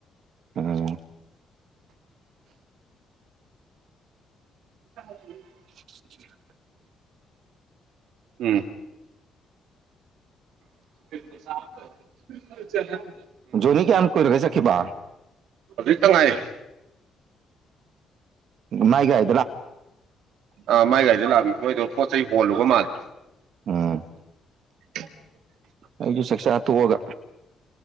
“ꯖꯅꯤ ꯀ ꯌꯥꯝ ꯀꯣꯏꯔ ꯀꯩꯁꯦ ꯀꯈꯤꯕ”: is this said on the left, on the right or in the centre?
Right